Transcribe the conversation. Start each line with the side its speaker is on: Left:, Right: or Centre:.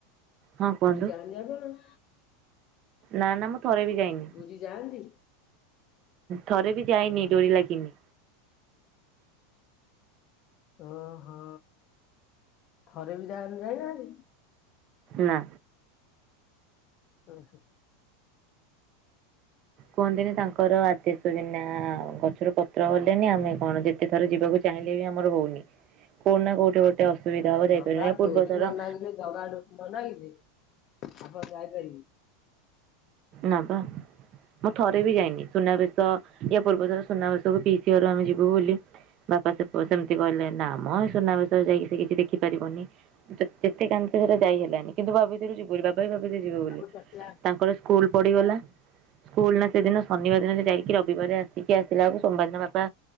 Right: ହଁ କୁହନ୍ତୁ
Left: ପୁରୀ ଯାନ୍ତି ଆପଣ?
Right: ନା ନା ମୁଁ ଥରେ ବି ଯାଇନି।
Left: ପୁରୀ ଯାଆନ୍ତି?
Right: ଥରେ ବି ଯାଇନି
Left: ଉଁ ହୁଁ
Right: ଡୋରି ଲାଗିନି।
Left: ଓହୋ ଥରେ ବି ଯା ଯାଇନାହାନ୍ତି?
Right: ନା।
Left: ଉ ହୁଁ।
Right: କୁହନ୍ତି ନି ତାଙ୍କର ଆଦେସ୍ୱରୀ ନା <unintelligible> ପତ୍ର ହଲେନି ଆମେ କଣ ଯେତେ ଥର ଯିବାକୁ ଚାହିଁଲେ ବି ଆମର ହଉନି କୋଉଠି ନା କୋଉଠି ଗୋଟେ କେତେ ଅସୁବିଧା ହବ
Left: ହଁ
Right: ଯାଇପାରିନି
Left: ବା
Right: ଇଆ ପୂର୍ବ
Left: ଡୋରି
Right: ଥର
Left: ନ ନାଗିଲେ ଜଗା ଡୋରି ନ ନାଗିଲେ ଆପଣ ଯାଇପାରିବେ?
Right: ନା ପା। ମୁଁ ଥରେ ବି ଯାଇନି ସୁନାବେଶ ୟା ପୂର୍ବଥର ସୁନାବେଶକୁ ପିଇସୀ ଘରକୁ ଆମେ ଯିବୁ ବୋଲି ବାପା ସେ ସେମିତି କହିଲେ ନା ମ ସୁନାବେଶରେ ଯାଇକି ସେ କିଛି ଦେଖି ପାରିବନି। ଯେତେ କାନ୍ଦେ ସେଟା ଯାଇ ହେଲାନି କିନ୍ତୁ ଭାବିଥିଲୁ ଯିବ ବୋଲି ବାବା ଭାବିଥିଲେ
Left: ଆଉ
Right: ଯିବ ବୋଲି ତାଙ୍କର ସ୍କୁଲ ପଢିଗଲା ସ୍କୁଲ ନା ସେଦିନ ଶନିବାର ଦିନ ସେ ଯାଇକି କି ରବିବାର ଆସିକି ଆସିଲା ବେଳକୁ ସୋମବାର ଦିନ ବାପା।